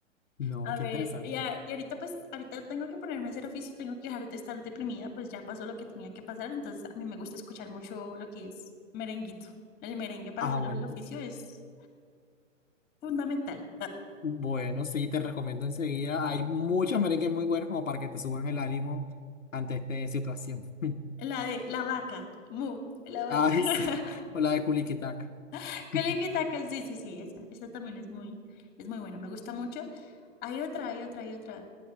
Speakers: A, on the left; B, on the left.
A: No,
B: A
A: qué
B: ver,
A: interesante.
B: y, a- y ahorita pues, ahorita tengo que ponerme a hacer oficio, tengo que dejar de estar deprimida, pues ya pasó lo que tenía que pasar, entonces a mí me gusta escuchar mucho lo que es merenguito. El merengue para
A: Ah,
B: hacer
A: bueno.
B: el oficio es fundamental.
A: Bueno, sí, te recomiendo enseguida. Hay muchos merengues muy buenos como para que te suban el ánimo ante esta situación. <laughs>
B: La de la vaca, mu, la vaca.
A: Ay, sí. O la de Culiquitaca.
B: <laughs>
A: <laughs>
B: que taca, sí, sí, sí, esa, esa también es muy, es muy buena, me gusta mucho. Hay otra, hay otra, hay otra,